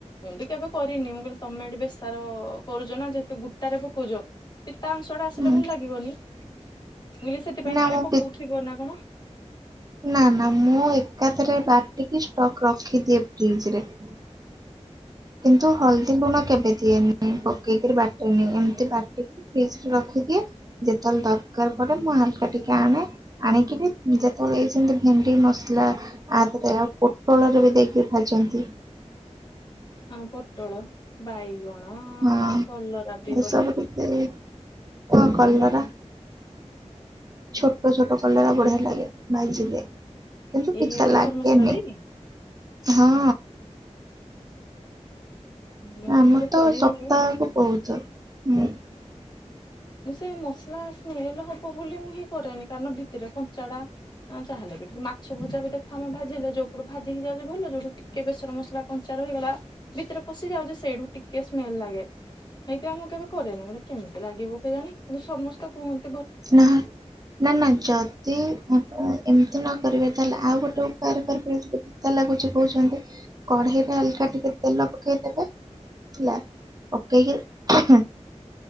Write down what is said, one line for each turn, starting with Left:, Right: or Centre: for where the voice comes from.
Left: ମୁଁ ବି କେବେ କରିନି ମୁଁ କହିଲି ତମେ ଏଠି ବେସାର କରୁଛ ନା ଯେହେତୁ ଗୋଟାରେ ପକଉଛ ପିତା ଅଂଶଟା ଆସିଲେ
Right: ହୁଁ,
Left: ଭଲ ଲାଗିବନି। ମୁଁ କହିଲି ସେଥିପାଇଁ
Right: ନା
Left: କାଳେ
Right: ମୁଁ
Left: ପକଉଥିବ
Right: ପି-
Left: ନା କଣ।
Right: ନା ନା ମୁଁ ଏକାଥରେ ବାଟିକି ଷ୍ଟକ୍ ରଖିଦିଏ ଫ୍ରିଜରେ । କିନ୍ତୁ ହଳଦୀ ଲୁଣ କେବେ ଦିଏନି ପକେଇକିରି ବାଟେନି ଏମିତି ବାଟିକରି ଫ୍ରିଜ ରେ ରଖିଦିଏ ଯେତେବେଳେ ଦରକାର ପଡେ ମୁଁ ହାଲକା ଟିକେ ଆଣେ ଆଣିକିରି ଯେତେବେଳେ ହେଇ ଭେଣ୍ଡି ମସଲା ଆଦରେ ଆଉ ପୋଟଳରେ ବି ଦେଇକି ଭାଜନ୍ତି
Left: ହଁ ପୋଟଳ ବାଇଗଣ
Right: ହଁ
Left: କଲରା ବି
Right: ଏ
Left: ବୋଧେ
Right: ସବୁ ରଖି ହଁ କଲରା ଛୋଟ ଛୋଟ କଲରା ବଢିଆ ଲାଗେ ଭାଜିଲେ। କିନ୍ତୁ
Left: ଏଇ
Right: କିଛିଟା
Left: ବେସର
Right: ଲାଗେନି।
Left: ମସଲା ଦେଇକି
Right: ହଁ।
Left: ମୁଁ
Right: ଆମର
Left: କେବେ
Right: ତ
Left: କରିନି।
Right: ସପ୍ତାହକୁ ବହୁତଥର। ହୁଁ।
Left: ମୁଁ ସେଇ ମସଲା ସ୍ମେଲ ହବ ବୋଲି ମୁଁ ହିଁ କରେନି କାରଣ ଭିତରେ କଞ୍ଚାଡା ଯାହେଲେ ବି ଟିକେ ମାଛ ଭଜା ବି ଦେଖ ଆମେ ଭାଜିଲେ ଯୋଉପଟୁ ଭାଜି ହେଇଯାଉଛି ଭଲ ଯୋଉଟୁ ଟିକେ ବେଶି ଧର ମସଲା କଞ୍ଚା ରହିଗଲା ଭିତରେ ପଶି ଯାଉଛି ସେଇଠୁ ଟିକେ ସ୍ମେଲ ଲାଗେ ସେଇଥିପାଇଁ ମୁଁ କେବେ କରେନି ମୋର କେମିତି ଲାଗିବ। କେଜାଣି କିନ୍ତୁ ସମସ୍ତେ କୁହନ୍ତୁ
Right: ନା ନା ନାଇଁ ଜାତି ଏମିତି ନ କରିବେ ତାହେଲେ ଆଉ ଗୋଟେ ଉ ପାୟରେ କରିପାରିବେ ସେତିକି ଲାଗୁଛି। କହୁଛନ୍ତି କଢେଇରେ ହାଲକା ଟିକେ ତେଲ ପକେଇଦେବେ ହେଲା ପକେଇକି